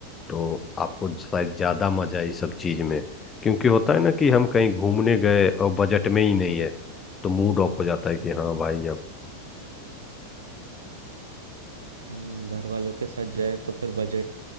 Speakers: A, on the left (about 20°); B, on the right (about 70°).
A: तो आपको शायद ज्यादा मजा है इस सब चीज में क्योंकि होता है ना कि हम कहीं घूमने गए और बजट में ही नहीं है तो मूड ऑफ हो जाता है कि हाँ भाई अब
B: हम्म, घर वालों के साथ जाए तो फिर बजट